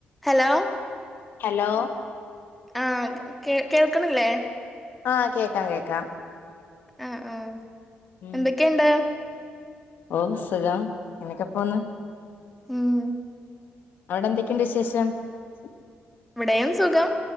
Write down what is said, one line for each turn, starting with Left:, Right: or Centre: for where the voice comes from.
Centre: Hello
Left: hello
Centre: ആ കേ കേൾക്കണല്ലേ
Left: ആ കേക്കാം കേക്കാം
Centre: ആ ആ
Left: ഉം
Centre: എന്തൊക്കെ ഉഉണ്ട്
Left: ഓ സുഖം ഇങ്ങനെ ഒക്കെ പോന്നു
Centre: ഉം
Left: അവിടെ എന്തൊക്കെയുണ്ട് വിശേഷം? ഷം <unintelligible>
Centre: ഇവിടെയും സുഖം